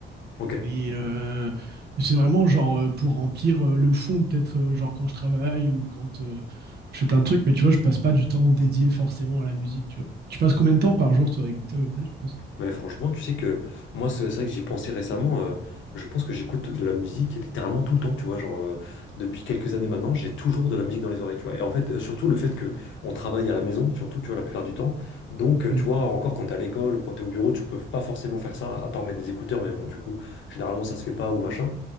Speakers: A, on the left (about 70°); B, on the right (about 55°).
A: ok.
B: Et euh, c'est vraiment genre euh, pour remplir euh, le fond, peut-être euh, genre quand je travaille ou quand euh, je fais plein de trucs, mais tu vois, je passe pas du temps dédié forcément à la musique, tu vois. Tu passes combien de temps par jour, toi, à écouter à peu près, je pense?
A: Mais franchement, tu sais que moi, c'est c'est vrai que j'y ai pensé récemment. euh, je pense que j'écoute de la musique littéralement tout le temps, tu vois. Genre, euh, depuis quelques années maintenant, j'ai toujours de la musique dans les oreilles, tu vois. Et en fait, euh, surtout le fait que on travaille à la maison, surtout, tu vois, la plupart du temps. Donc, euh,
B: Mm.
A: tu vois, encore quand t'es à l'école ou quand t'es au bureau, tu peux pas forcément faire ça, à part mettre des écouteurs. Mais bon, du coup, généralement, ça se fait pas ou machin.